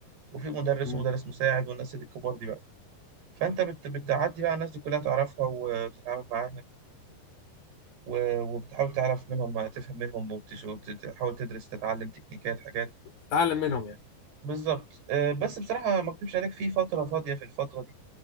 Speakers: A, on the right; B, on the left.
A: وفي مدرس
B: مم.
A: ومدرس مساعد والناس اللي الكبار دي بقى فانت بت... بتعدي بقى الناس دي كلها تعرفها وتتعامل معاها و... وبتحاول تعرف منهم تفهم منهم وبتش- وتحاول تدرس تتعلم تكنيكات حاجات
B: تتعلم منهم يعني
A: بالظبط آه، بس بصراحة ما اكدبش عليك في فترة فاضية في الفترة دي